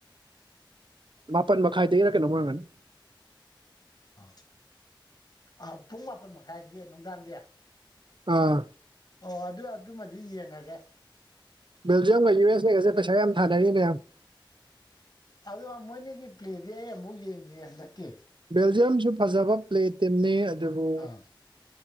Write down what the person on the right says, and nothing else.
ꯃꯥꯄꯟ ꯃꯈꯥꯏꯗꯒꯤꯔꯛ ꯀꯩꯅꯣ ꯃꯥꯡꯒꯅꯤ
ꯑꯥ
ꯕꯦꯜꯖꯤꯌꯝꯒ ꯌꯨ ꯑꯦꯁ ꯑꯦꯒꯁꯦ ꯄꯩꯁꯥ ꯌꯥꯝ ꯊꯥꯅꯔꯤꯅꯦ ꯌꯥꯝ
ꯕꯦꯜꯖꯤꯌꯝꯁꯨ ꯐꯖꯕ ꯄ꯭ꯂꯦ ꯇꯤꯝꯅꯤ ꯑꯗꯨꯕꯨ